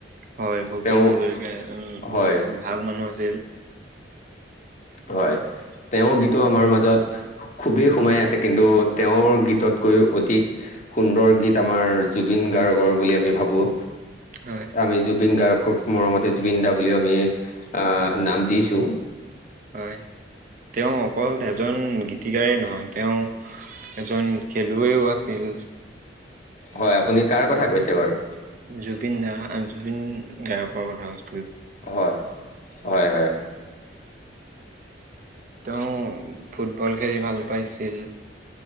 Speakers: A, on the right (about 45°); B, on the left (about 40°).
A: হয়, ভূপেন
B: তেওঁ
A: হাজৰিকা উম'
B: হয়
A: বহুত ভাল মানুহ আছিল।
B: হয় তেওঁ গীতো আমাৰ মাজত খুবেই সোমাই আছে, কিন্তু তেওঁৰ গীতত কৈ অধিক সুন্দৰ গীত আমাৰ জুবিন গাৰ্গৰ বুলি আমি ভাবোঁ।
A: হয়।
B: আমি জুবিন গাৰ্গক মৰমতে জুবিন দা বুলি আমি আহ নাম দিছোঁ।
A: হয় তেওঁ অকল <unintelligible> জন গীতিকাৰেই নহয় তেওঁ এজন খেলুৱৈও আছিল।
B: হয় আপুনি কাৰ কথা কৈছে বাৰু?
A: জুবিন দা, জুবিন গাৰ্গৰ কথা কৈছোঁ।
B: হয়, হয় হয়।
A: তেওঁ ফুটবল খেলি ভাল পাইছিল।